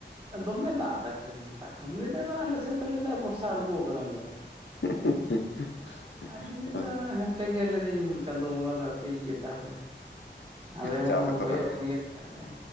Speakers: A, on the right (about 30°); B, on the left (about 85°).
A: ᱫᱚᱢᱮ ᱫᱟᱜ ᱮᱫᱟ ᱛᱮᱦᱮᱧ ᱫᱚ ᱥᱮᱛᱟᱜ ᱠᱷᱚᱱ ᱾ <unintelligible> ᱟᱞᱮ ᱥᱮᱫ ᱫᱚ ᱞᱟᱹᱭ ᱮᱫᱟᱭ ᱵᱚᱨᱥᱟ ᱟᱸᱬᱜᱚ ᱟᱠᱟᱱᱟ ᱞᱟᱹᱭ ᱮᱫᱟ ᱾
B: <unintelligible>
A: ᱟᱫᱚᱧ ᱞᱟᱹᱭ ᱮᱫᱟ
B: ᱚ
A: <unintelligible> ᱜᱮ ᱞᱟᱹᱭ ᱮᱫᱟᱹᱧ ᱪᱟᱸᱫᱚ ᱵᱚᱸᱜᱟ ᱫᱚ ᱟᱯᱮᱭᱤᱡ ᱜᱮ ᱛᱟᱦᱚᱞᱮ ᱾ ᱟᱞᱮ ᱢᱟ
B: ᱪᱟᱥ
A: <unintelligible>
B: ᱟᱠᱚ
A: ᱠᱚᱭᱚᱜ
B: ᱛᱟᱦᱚᱞᱮ
A: ᱵᱮᱸᱜᱮᱫ ᱠᱟᱜ ᱞᱮ,